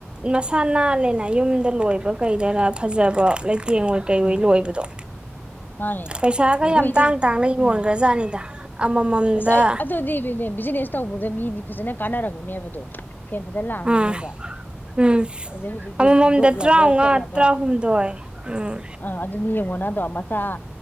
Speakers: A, on the right; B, on the left.
A: ꯃꯁꯥꯅ ꯂꯩꯅ ꯌꯨꯝꯗ ꯂꯣꯏꯕ ꯀꯩꯗꯔ ꯐꯖꯕ ꯂꯩꯇ ꯌꯦꯦꯡꯉꯣꯏ ꯀꯩꯑꯣꯣꯏ
B: ꯎꯝ
A: ꯂꯣꯏꯕꯗꯣ
B: ꯃꯥꯅꯦ
A: ꯄꯩꯁꯥꯒ
B: ꯍꯨꯏꯗ
A: ꯌꯥꯝ ꯇꯥꯡ ꯇꯥꯡꯅ ꯌꯣꯟꯈ꯭ꯔꯖꯥꯠꯅꯤꯗ
B: ꯎꯝ
A: ꯑꯃꯃꯝꯗ
B: ꯑꯁ ꯑꯗꯨꯗꯤꯅꯦꯖꯤ ꯇꯧꯕꯗ ꯃꯤꯗꯤ ꯐꯖꯅ ꯀꯥꯟꯅꯔꯝꯒꯨꯅꯦꯕꯗꯣ ꯁꯦꯟ ꯐꯖꯅ ꯂꯥꯛꯒꯨꯅꯦꯕ
A: ꯑꯥ ꯎꯝ
B: ꯑꯗꯩ ꯍꯧꯖꯤꯛꯇꯤ
A: ꯑꯃꯃꯝꯗ
B: ꯗꯣꯛꯂꯕ
A: ꯇꯔꯥꯃꯉꯥ
B: ꯈꯦꯠꯂꯕ
A: ꯇꯔꯥꯍꯨꯝꯗꯣꯏ ꯎꯝ
B: ꯑꯥ ꯑꯗꯨꯅꯤ ꯌꯦꯡꯉꯣꯅꯗꯣ ꯃꯆꯥ